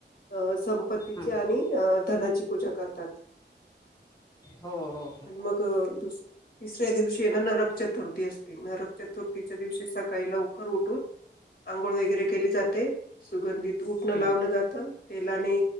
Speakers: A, on the left (about 50°); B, on the left (about 20°).
A: अं संपत्तीची
B: हम्म
A: आणि धनाची पूजा करतात.
B: हो हो हो.
A: आणि मग दुस तिसऱ्या दिवशी ना नरक चतुर्थी असते नरक चतुर्थीच्या दिवशी सकाळी लवकर करू <unintelligible> आंघोळ वगैरे केली जाते सुगंधित उटणं
B: हम्म
A: लावलं जात तेलाने